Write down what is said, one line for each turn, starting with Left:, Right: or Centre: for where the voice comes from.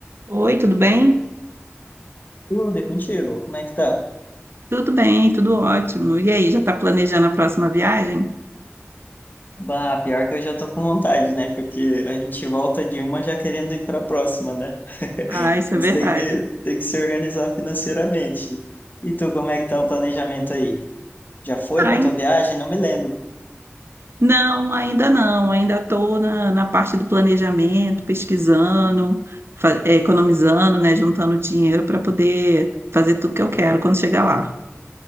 Right: Oi, tudo bem?
Left: Tudo é contigo? Como é que tá?
Right: Tudo bem, tudo ótimo. E aí, já está planejando a próxima viagem?
Left: Bah, pior que eu já tô com vontade, né? Porque a gente volta de uma já querendo ir pra próxima, né? <laughs>
Right: Ah, isso
Left: Mas
Right: é verdade.
Left: tem que, tem que se organizar financeiramente. E tu, como é que tá o planejamento aí? Já foi
Right: Ai,
Left: pra tua viagem? Não me lembro.
Right: não, ainda não. Ainda estou na, na parte do planejamento, pesquisando, fa- eh, economizando, né, juntando dinheiro para poder fazer tudo que eu quero quando chegar lá.